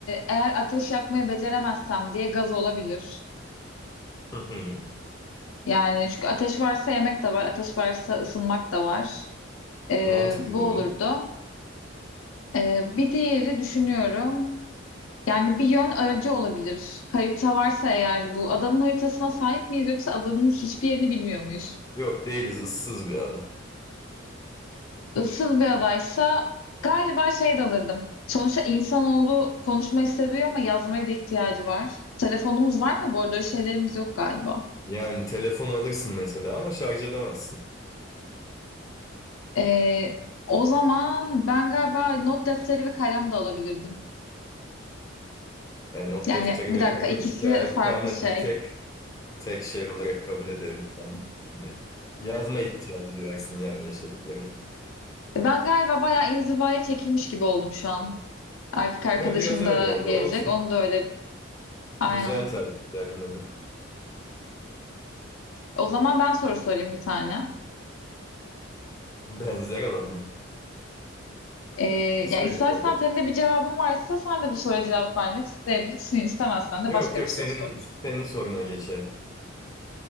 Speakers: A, on the left; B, on the left.
A: eğer ateş yakmayı beceremezsem diye gaz olabilir.
B: Hı hı.
A: Yani çünkü ateş varsa yemek de var, ateş varsa ısınmak da var. E,
B: Mantıklı
A: bu
B: buldum.
A: olurdu. Ee, bir diğeri düşünüyorum. Yani bir yön aracı olabilir. Harita varsa eğer bu adanın haritasına sahip miyiz yoksa adanın hiçbir yerini bilmiyor muyuz?
B: Yok değiliz ıssız bir ada.
A: Issız bir adaysa galiba şey de alırdım. Sonuçta insanoğlu konuşmayı seviyor ama yazmaya da ihtiyacı var. Telefonumuz var mı? Bu arada öyle şeylerimiz yok galiba.
B: Yani telefon alırsın mesela ama şarj edemezsin.
A: Ee, o zaman ben galiba not defteri ve kalem de alabilirdim.
B: E, not
A: Yani
B: defteri
A: bir
B: ve
A: dakika
B: kalem
A: ikisi
B: iki ay-
A: farklı
B: tamam
A: şey.
B: hadi tek tek şey olarak kabul edelim tamam. <laughs> Yazma ihtiyacı duyarsın yani yaşadıklarını.
A: Ben galiba bayağı inzivaya çekilmiş gibi oldum şu an. Erkek arkadaşım
B: Ya, biraz öyle
A: da
B: oldu.
A: gelecek.
B: Olsun.
A: Onu da öyle aynen.
B: Güzel tercihler yine de.
A: O zaman ben soru sorayım bir tane.
B: Benzer alan mı?
A: Ee,
B: Söyle
A: ya istersen
B: bakalım.
A: senin de bir cevabın varsa sen de bu soruya cevap vermek isteyebilirsin. İstemezsen de
B: Yok
A: başka
B: yok
A: bir soru
B: senin
A: sor.
B: senin soruna geçelim.